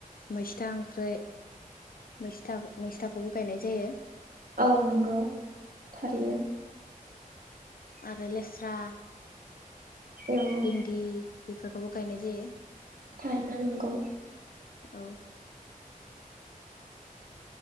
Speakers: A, on the left (about 85°); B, on the right (about 75°).
A: मैस्था ओंख्रै मैस्था मैस्थाखौबो गायनाय जायो।
B: औ नोंगौ थारैनो,
A: आरो लेस्रा
B: औ
A: भिन्दि बेफोरखौबो गायनाय जायो।
B: थारैनो नंगौ,
A: औ